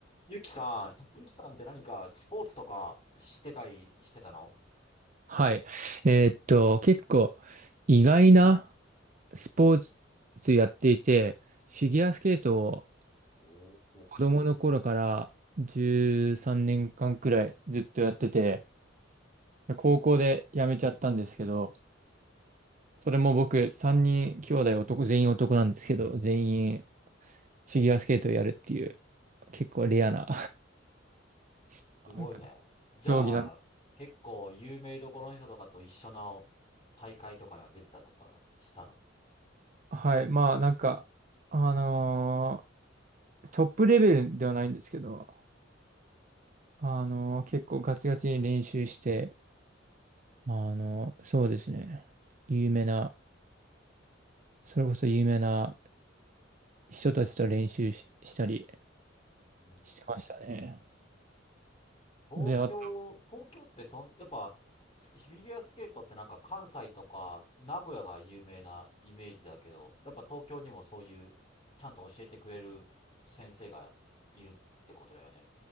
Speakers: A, on the left; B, on the right.
A: ゆきさん、ゆきさんって何かスポーツとかしてたりしてたの
B: はい。えーっと、結構意外なスポーツやっていて、フィギュアスケートを
A: おー
B: 子供の頃から13年間くらいずっとやってて、高校で辞めちゃったんですけど、それも僕3人兄弟男、全員男なんですけど、全員フィギュアスケートをやるっていう結構レアな <laughs>
A: すごいね。
B: なんか
A: じゃあ、
B: 競技なん
A: 結構有名どころの人とかと一緒の大会とかには出てたとかしたの
B: はい。まあなんか、あのートップレベルではないんですけど、あの、結構ガチガチに練習して、あの、そうですね。有名な、それこそ有名な人たちと練習し、したり
A: うん。
B: してましたね。
A: 東京、
B: で、あと、
A: 東京ってそん、やっぱ、フィギュアスケートってなんか関西とか名古屋が有名なイメージだけど、やっぱ東京にもそういう、ちゃんと教えてくれる先生がいるってことだよね。